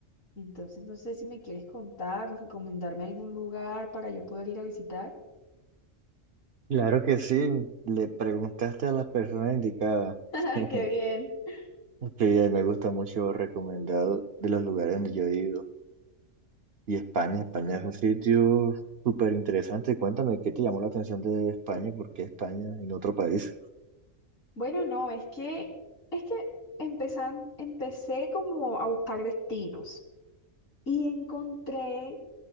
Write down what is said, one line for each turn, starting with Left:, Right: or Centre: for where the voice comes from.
Left: Entonces no sé si me quieres contar o recomendarme algún lugar para yo poder ir a visitar.
Right: Claro que sí, le preguntaste a las personas indicadas.
Left: <laughs>
Right: <laughs>
Left: ¡Qué bien!
Right: Que me gusta mucho recomendado de los lugares donde yo he ido. Y España, España es un sitio súper interesante. Cuéntame, ¿qué te llamó la atención de España? ¿Por qué España en otro país?
Left: Bueno, no, es que es que empezan, empecé como a buscar destinos y encontré